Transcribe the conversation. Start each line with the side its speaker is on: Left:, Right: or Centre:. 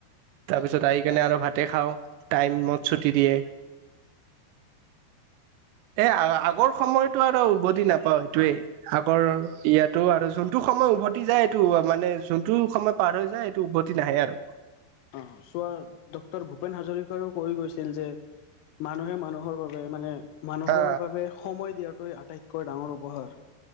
Right: তাৰ পিছত আহি কিনে আৰু ভাতে খাওঁ। টাইমত ছুটি দিয়ে, এ আ আগৰ সময়তটো আৰু উভতি নাপাও এইটোৱেই আগৰ ইয়াতো আৰু যোনটো সময় উভতি যায় এইটো মানে যোনটো সময় পাৰ হৈ যায় সেইটো উভতি নাহে আৰু।
Left: অঁ চোৱা ডক্টৰ ভূপেন হাজৰিকাইও কৈ গৈছিল যে, মানুহে মানুহৰ বাবে মানে মানুহৰ
Right: অ
Left: বাবে সময় দিয়াটোৱে আ আটাইতকৈ ডাঙৰ উপহাৰ।